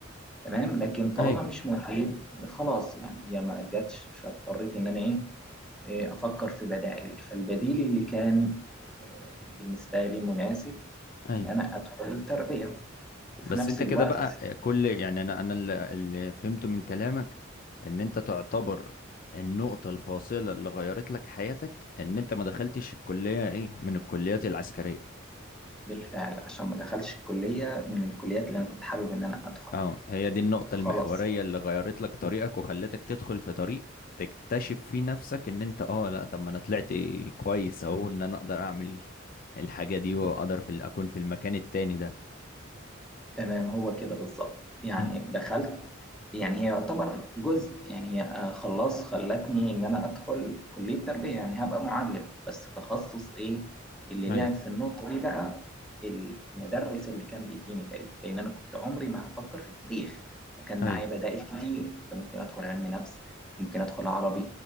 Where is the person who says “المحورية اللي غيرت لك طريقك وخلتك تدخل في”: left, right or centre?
Left